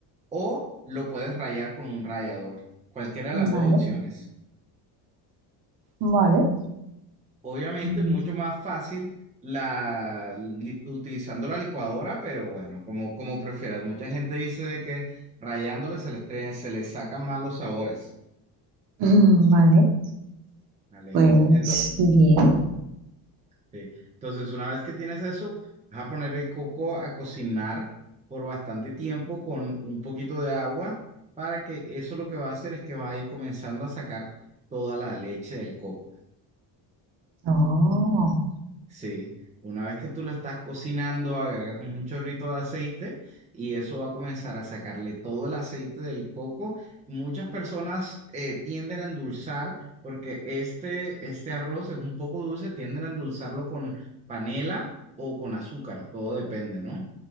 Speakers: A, on the right; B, on the right.
A: o lo puedes rayar con un rallador. Cualquiera de
B: Vale,
A: las dos opciones.
B: vale.
A: Obviamente,
B: Mm,
A: mucho más fácil la, li- utilizando la licuadora, pero bueno, como, como prefieras. Mucha gente dice de que rayándole se les, tre- se les sacan más los sabores.
B: <laughs> mm, vale,
A: Dale.
B: pues
A: Ento-
B: bien.
A: Sí. Entonces, una vez que tienes eso, vas a poner el coco a cocinar por bastante tiempo con un poquito de agua para que eso lo que va a hacer es que va a ir comenzando a sacar toda la leche del coco.
B: Oh,
A: Sí, una vez que tú lo estás cocinando, agregas un chorrito de aceite y eso va a comenzar a sacarle todo el aceite del coco. Muchas personas eh, tienden a endulzar porque este, este arroz es un poco dulce, tienden a endulzarlo con panela o con azúcar, todo depende, ¿no?